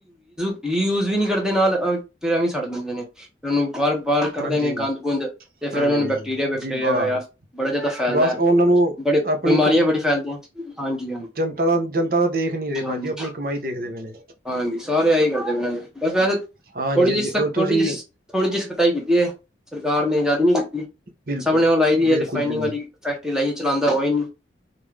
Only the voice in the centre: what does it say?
ਰਿਯੂਜ ਵੀ ਨੀ ਕਰਦੇ ਨਾਲ ਫਿਰ ਐਵੇਂ ਸਾਟ ਦਿੰਦੇ ਨੇ ਉਹਨੂੰ ਬਾਹਰ ਬਾਹਰ ਕੱਢਦੇ
ਨੇ
ਗੰਦ ਗੁੰਦ ਤੇ ਫਿਰ
ਉਹਨ ਬੈਕਟੀਰੀਆ
ਬੈਕਟੀਰੀਆ
ਬੜਾ ਜ਼ਿਆਦਾ ਫੈਲਦਾ
ਏ
ਬੜ
ਬਿਮਾਰੀਆਂ ਬੜੀਆਂ ਫੈਲਦੀਆਂ ਹਾਂਜੀ।
ਹਾਂਜੀ
ਹਾਂਜੀ ਸਾਰੇ ਇਹੀ ਕਰਦੇ ਪਏ ਬਸ ਵੈਸੇ
ਥੋੜੀ ਜਿਹੀ
ਸਖ
ਥੋੜੀ ਜੀ ਸ ਥੋੜ੍ਹੀ ਜੀ ਸਖ਼ਤਾਈ ਕੀਤੀ ਏ ਸਰਕਾਰ ਨੇ ਜ਼ਿਆਦੀ ਨੀ ਕੀਤੀ।
ਸਭ ਨੇ ਉਹ ਲਾਈ
ਰਿਫਾਈਨਿੰਗ
ਵਾਲੀ ਫੈਕਟਰੀ ਲਾਈ ਚਲਾਂਦਾ ਕੋਈ ਨੀ।